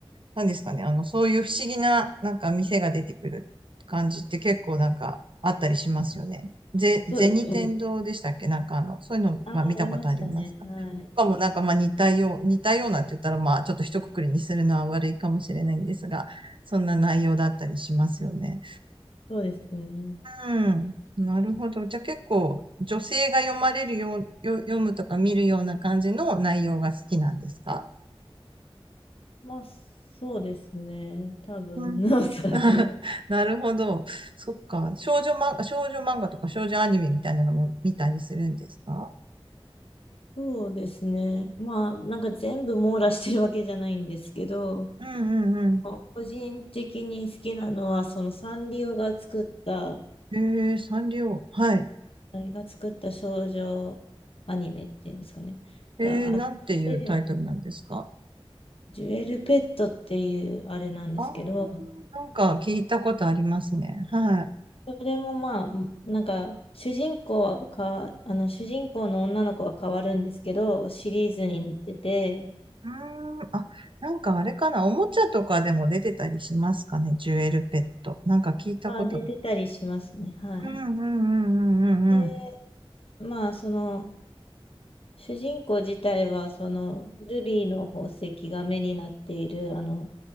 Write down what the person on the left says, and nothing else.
そうですよね。
ああ、
ありましたね。はい。
そうですね。
まあ、そうですね。多分、
<laughs> おそらく。
そうですね。まあ、なんか全部網羅してるわけじゃないんですけど、
個人的に好きなのは、そのサンリオが作った、
あれが作った少女アニメっていうんですかね、
があって、
ジュエルペットっていうあれなんですけど、
それもまあ、なんか、主人公はか、あの、主人公の女の子は変わるんですけど、シリーズになってて、
まあ、出てたりしますね。はい。
で、まあ、その、主人公自体は、その、ルビーの宝石が目になっている、あの、